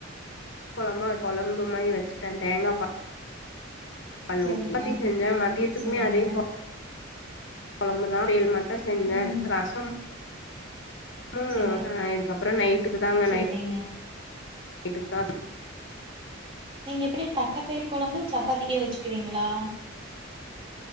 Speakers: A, on the left; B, on the right.
A: குழம்பா குழம்பு மாதிரி வச்சுட்டன் தேங்காபால் ஹலோ
B: சரிங்க
A: சப்பாத்தி செஞ்சா மதியத்துக்குமே
B: சரிங்க.
A: அதே கு குழம்பு தான் பொரியல் மட்டு செஞ்ச
B: ம்
A: ரஸ் ம்
B: சரி
A: ம் இதுக்கப்புறம் நைட்டுக்கு தாங்க
B: சரிங்க.
A: நைட் நைட்டுக்கு தான்
B: நீங்க எப்டி தட்டைப்பயிர் குழம்பு சப்பாத்திக்கே வச்சுக்குவீங்களா